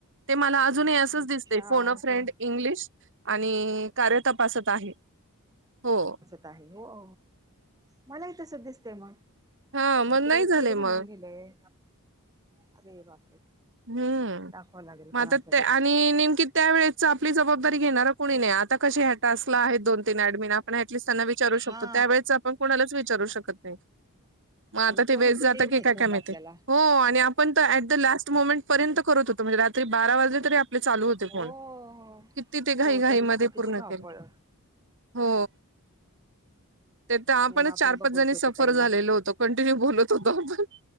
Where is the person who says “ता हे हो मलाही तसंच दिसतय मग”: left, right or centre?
Right